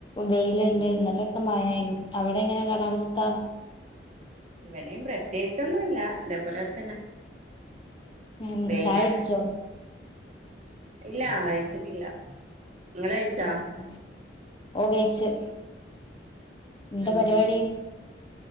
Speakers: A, on the left; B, on the right.
A: വെയില്ണ്ട് ഇന്നലെക്കെമഴയെന്നു അവടെങ്ങനെ കാലാവസ്ഥ
B: ഇവിടെയും പ്രത്യേകിച്ചൊന്നുംല്ല ഇതേപോലെക്കെ തന്നെ
A: ഉം
B: വെയിലന്നെ
A: ചായുട്ച്ചോ
B: ഇല്ല കഴിച്ചിട്ടില്ല നിങ്ങള് കഴിച്ചാ
A: അ അ ഓകൈച്ച് എന്താ
B: ഉം
A: പരിപാടി